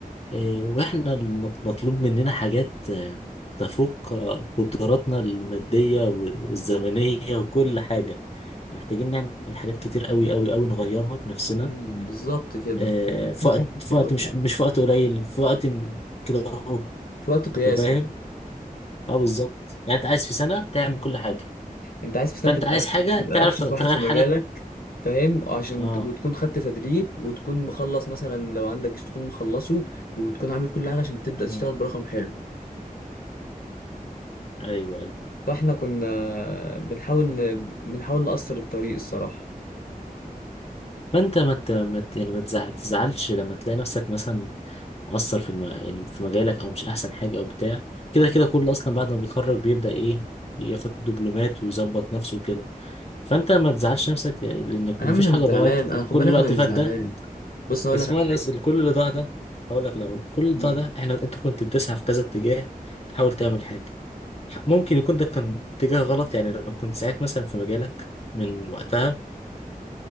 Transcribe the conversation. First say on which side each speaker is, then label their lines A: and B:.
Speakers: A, on the left (about 45°); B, on the left (about 80°).
A: آه، وإحنا الم- مطلوب مننا حاجات آه، تفوق آه، قدراتنا المادية و- والزمنية وكل حاجة محتاجين نعمل حاجات كتير قوي قوي قوي نغيرها بنفسنا
B: امم بالظبط كده
A: آه،
B: <laughs> محتاج
A: في وقت
B: تعمل
A: في
B: كتير
A: وقت
B: أوي في
A: مش
B: العالم.
A: مش في وقت قليل في وقت م- كده اهو
B: في وقت قياسي
A: انت فاهم اه بالظبط يعني انت عايز في سنه تعمل كل حاجه
B: انت عايز في سنه
A: فانت
B: تبقى
A: عايز حاجه
B: تبقى
A: تعرف
B: افشخ
A: تغ-
B: واحد
A: تغير
B: في
A: حالك
B: مجالك فاهم عشان
A: اه
B: ت- وتكون خدت تدريب وتكون مخلص مثلا لو عندك جيش تكون مخلصه وتكون عامل كل حاجه عشان تبدا تشتغل
A: امم
B: برقم حلو
A: ايوه ايوه
B: فاحنا كنا بنحاول ن... بنحاول نقصر الطريق الصراحه
A: فانت ما ت- ما ت- يعني ما تزع- تزعلش لما تلاقي نفسك مثلا مقصر في الم... يعني في مجالك او مش احسن حاجه او بتاع كده كده كله اصلا بعد ما بيتخرج بيبدا ايه ياخد دبلومات ويظبط نفسه كده فانت ما تزعلش نفسك لان
B: يا
A: مفيش
B: عم انا
A: حاجه
B: مش زعلان
A: ضاعت
B: انا خد
A: كل
B: بالك
A: الوقت
B: انا مش
A: فات
B: زعلان
A: ده
B: بص انا
A: اسمعني
B: اقول لك على
A: بس كل اللي ضاع ده هقول لك الاول كل اللي ضاع
B: حاجه
A: ده احنا انت كنت بتسعى في كذا اتجاه تحاول تعمل حاجه ممكن يكون ده كان اتجاه غلط يعني لو كنت ساعات مثلا في مجالك من وقتها